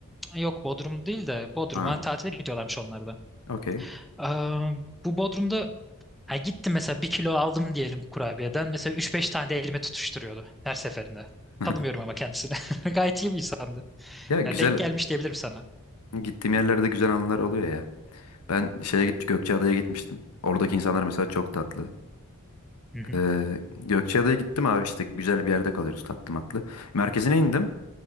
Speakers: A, in the centre; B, on the left.
A: yok Bodrum değil de Bodrum'a
B: Ha,
A: tatile gidiyorlarmış onlar da.
B: okey.
A: Aa, bu Bodrum'da ha, gittim mesela bir kilo aldım diyelim kurabiyeden. Mesela üç beş tane de elime tutuşturuyordu her seferinde.
B: <laughs>
A: Tanımıyorum ama kendisini. <laughs> Gayet iyi bir insandı.
B: Ya güzel.
A: Ya, denk gelmiş diyebilirim sana.
B: Gittiğim yerlerde güzel anılar oluyor ya. Ben şeye gittim, Gökçeada'ya gitmiştim. Oradaki insanlar mesela çok tatlı.
A: Hı hı.
B: Ee, Gökçeada'ya gittim abi işte güzel bir yerde kalıyoruz tatlı matlı. Merkezine indim.